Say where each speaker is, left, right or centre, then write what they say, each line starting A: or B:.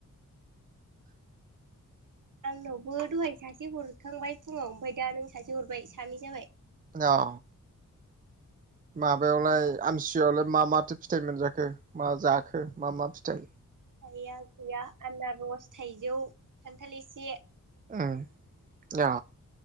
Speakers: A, on the right; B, on the right.
A: <inaudible>
B: आंनावबो दहाय सासे हरखांबाय फुङाव ओमफाय दा नों सासे हरबाय सानै जाबाय।
A: औ। माबायावलाय आमथि सुवाआवलाय मा माथो फिथाइ मोनजाखो मा जाखो मा मा फिथाइ
B: थाइया गैया आनारस थाइजौ खान्थाल इसे।
A: ओम औ।